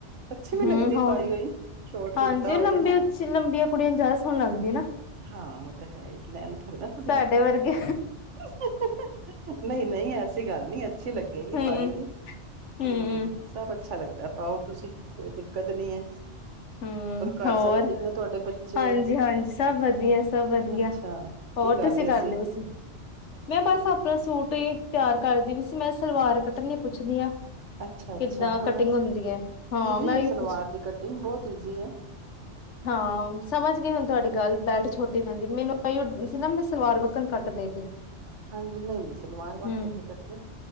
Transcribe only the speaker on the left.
ਹਮ
ਹੋਰ
ਹਾਂਜੀ ਉਹ
ਲੰਬੇ
ਉ ਲੰਬੀਆਂ ਕੁੜੀਆਂ ਨੂੰ ਜ਼ਿਆਦਾ ਸੋਹਣ ਲੱਗਦੀਆਂ ਨਾ
ਸਾਡੇ ਵਰਗੇ
ਹੂੰ
ਹੂੰ
ਹਮ
ਹੋਰ
ਹਾਂਜੀ ਹਾਂਜੀ ਸਭ ਵਧੀਆ ਸਭ ਵਧੀਆ
ਹੋਰ
ਤੁਸੀਂ ਕਰਦੇਸੀ
ਮੈਂ ਬਸ ਆਪਣਾ ਸੂਟ ਹੀ ਤਿਆਰ ਕਰਦੀ ਵੀ ਸੀ ਮੈਂ ਸਲਵਾਰ ਕੱਟਣੀ ਪੁੱਛਦੀ ਹਾਂ
ਕਿੱਦਾਂ
ਕਟਿੰਗ ਹੁੰਦੀ ਹੈ ਹਾਂ
ਮੈਂ
ਵੀ
ਪੁੱਛ
ਹਾਂ ਸਮਝ ਗਈ ਹੁਣ ਤੁਹਾਡੀ ਗੱਲ ਬੈਲ ਛੋਟੀ ਬੰਦੀ ਮੈਨੂੰ ਆਹੀਓ ਸੀ ਨਾ ਮੈਂ ਸਲਵਾਰ ਵੱਕਣ ਕੱਟ ਦੇ ਕੇ
ਹੂੰ